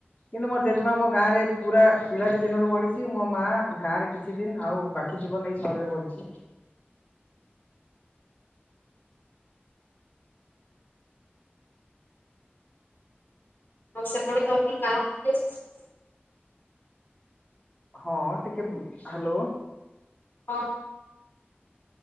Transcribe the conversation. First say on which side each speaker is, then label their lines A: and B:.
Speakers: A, on the left (about 30°); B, on the left (about 50°).
A: କିନ୍ତୁ ମୋ ଜେଜେମା ମୋ ଗାଁ ରେ ପୁରା ପିଲାଟି ଦିନରୁ ବଢ଼ିଛି ମୋ ମାଆ ଗାଁରେ କିଛି ଦିନ ଆଉ ବାକି ଜୀବନ ଏଇ ସହରରେ ବଢିଛି।
B: ଆଉ ସେପଟେ ତ <inaudible>
A: ହଁ ଟିକେ ହାଲୋ।
B: ହଁ।